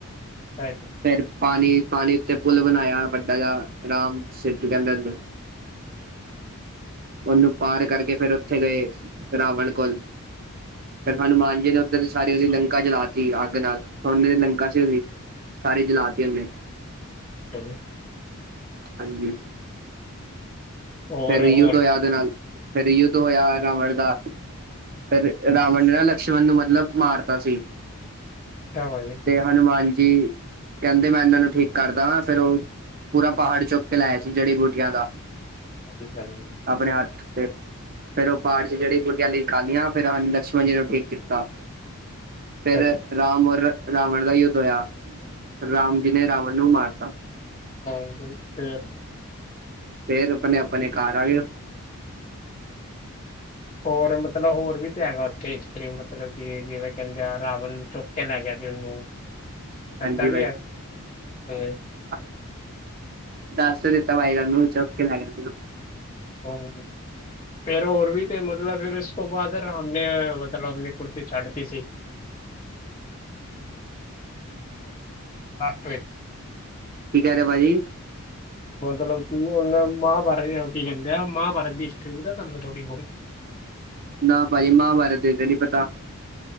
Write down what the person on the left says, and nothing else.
ਹਾਂਜੀ।
<unintelligible>
ਹੋਰ
ਹੋਰ
ਹਾਂਜੀ
<unintelligible> ਜੀ।
ਅੱਛਾ ਜੀ।
ਚਲੋ,
ਹਾਂ, ਬਈ ਫੇਰ?
ਹੋਰ ਮਤਲਬ, ਹੋਰ ਵੀ ਤੇ ਹੈਗਾ, ਉੱਥੇ ਹਿਸਟਰੀ ਮਤਲਬ ਕਿ, ਜਿਵੇਂ ਕਹਿੰਦੇ ਆ, ਰਾਵਣ ਚੁੱਕ ਕੇ ਲੈ ਗਿਆ ਸੀ, ਉਹਨੂੰ।
ਏਦਾਂ ਵੀ
ਹੈ ਹਾਂਜੀ,
ਹੂੰ। ਫੇਰ, ਹੋਰ ਵੀ ਤੇ ਮਤਲਬ, ਫਿਰ ਉਸ ਤੋਂ ਬਾਅਦ ਰਾਮ ਨੇ ਮਤਲਬ, ਆਪਣੀ ਕੁੁੜਤੀ ਛੱਡ ਤੀ ਸੀ। <unintelligible>
ਮਤਲਬ ਕਿ, ਹੁਣ ਮਹਾਭਾਰਤ। <unintelligible> ਕਿ ਕਹਿੰਦੇ ਆ, ਮਹਾਭਾਰਤ ਦੀ ਹਿਸਟਰੀ ਪਤਾ ਹੈ? ਤੁਹਾਨੂੰ ਥੋੜੀ ਬਹੁਤ।